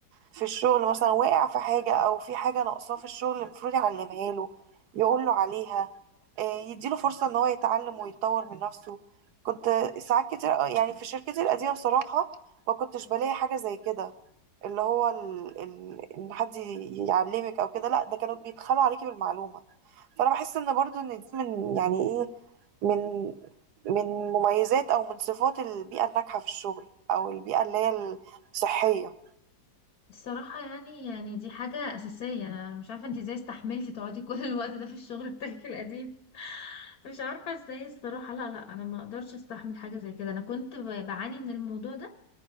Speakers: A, on the right; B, on the left.
A: في الشغل مثلا واقع في حاجة أو في حاجة ناقصاه في الشغل المفروض يعلمها له يقوله عليها آه، يديله فرصة إن هو يتعلم ويتطور من نفسه كنت ساعات كتير أوي- يعني في شركتي القديمة بصراحة ما كنتش بلاقي حاجة زي كده اللي هو ال... ال... إن حد يعلمك أو كده لأ ده كانوا بيبخلوا عليكي بالمعلومة فانا بحس ان برضو ان دي من يعني ايه من من مميزات او من صفات البيئه الناجحه في الشغل او البيئه اللي هي الصحيه
B: الصراحة يعني يعني دي حاجة أساسية أنا مش عارفة انتي ازاي استحملتي تقعدي كل الوقت ده في الشغل بتاعك القديم مش عارفة ازاي الصراحة لا لا أنا ما أقدرش استحمل حاجة زي كده أنا كنت ب- بعاني من الموضوع ده